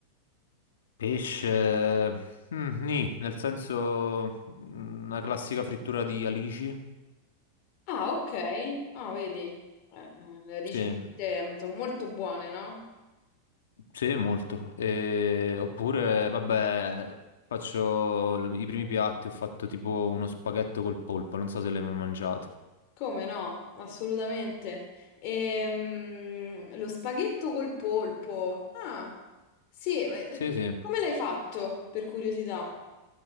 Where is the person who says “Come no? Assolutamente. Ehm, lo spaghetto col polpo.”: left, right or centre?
Left